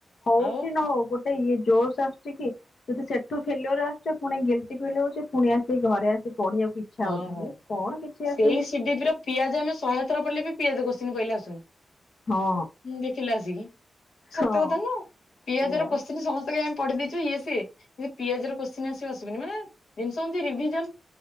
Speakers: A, on the left; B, on the left.
A: ହୋଉ
B: ଆଉ
A: କି ନ ହୋଉ, ଗୋଟେ ସେ ଇଏ ଜୋର୍ସ୍ ଆସୁଛି କି ଯଦି ସେଠୁ ଫେଲ୍ୟୁଅର ଆସୁଛି ଫୁଣି ଗିଲ୍ଟି ଫିଲ୍ ହୋଉଛି। ଫୁଣି ଆସିି ଘରେ ଆସି ପଢିବାକୁ ଇ ଇଛା ହୋଉଛି
B: ଓହୋ।
A: ହେ କଣ କିଛି
B: ସେଇ
A: ଆସୁନି
B: ସିଡିପି ର ପିଆଜ ଆମେ ଶହେ ଥର ପଢିଲେ ବି ପିଆଜ କୋଶ୍ଚିନ୍ ପଇଲେ ଆସୁନି।
A: ହଁ
B: ହୁଁ ଦେଖିଲ ଆସିକି? ସତ
A: ହଁ
B: କଥା ନୁହଁ, ପିଆଜର
A: ସେଇଆ
B: କୋଶ୍ଚିନ୍ ସମ ଆମେ ପଢି ଦେଇ ଥିବୁ ଇଏ ସେ, କିନ୍ତୁ ପିଆଜର କୋଶ୍ଚିନ୍ ଆସିବ, ଆସିବନି। ମାନେ ଜିନ୍ସ ହୋଉଛି ରିଭିଜନ୍।